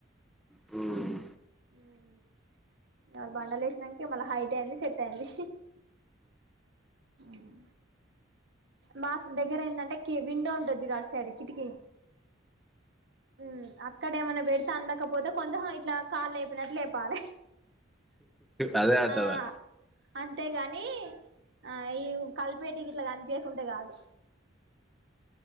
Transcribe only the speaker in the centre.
ఉమ్
అదే ఆటదా